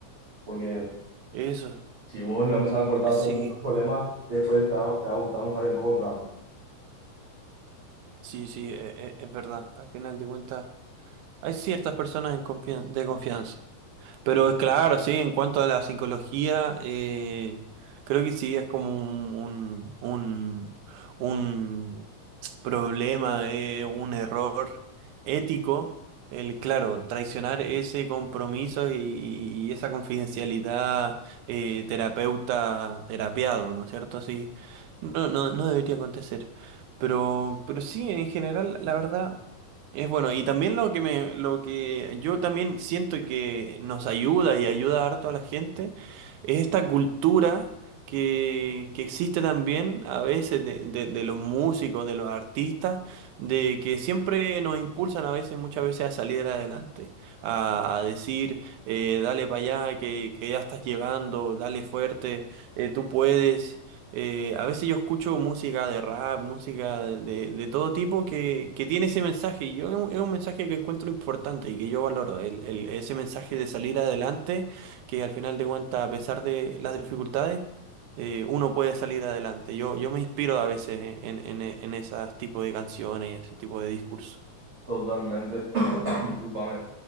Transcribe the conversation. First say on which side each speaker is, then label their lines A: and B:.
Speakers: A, on the right (about 40°); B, on the right (about 75°).
A: porque
B: Eso,
A: si vos le vas a empezar a cortar
B: sí,
A: a todo el mundo el problema, después te va, te va a gustar usar en contra.
B: sí, sí, e- e- es verdad. Al final de cuentas, hay ciertas personas en confian- de confianza. Pero claro, sí, en cuanto a la psicología, eh, creo que sí es como un, un, un, un problema, eh, un error ético, el, claro, traicionar ese compromiso y, y esa confidencialidad eh, terapeuta terapiado ¿no es cierto? Sí, no, no, no debería acontecer. Pero, pero sí, en general, la verdad. Es bueno, y también lo que me, lo que yo también siento que nos ayuda y ayuda harto a la gente es esta cultura que, que existe también a veces de, de- de los músicos, de los artistas, de que siempre nos impulsan a veces, muchas veces a salir adelante, a, a decir, eh, dale para allá, que, que ya estás llegando, dale fuerte, eh, tú puedes. Eh, a veces yo escucho música de rap, música de, de- de todo tipo que, que tiene ese mensaje. Y yo es un es un mensaje que encuentro importante y que yo valoro. El, el- ese mensaje de salir adelante, que al final de cuentas, a pesar de las dificultades, eh, uno puede salir adelante. Yo, yo me inspiro a veces en, en, en esos tipos de canciones, ese tipo de discurso.
A: Totalmente. <coughs> <clears throat> discúlpame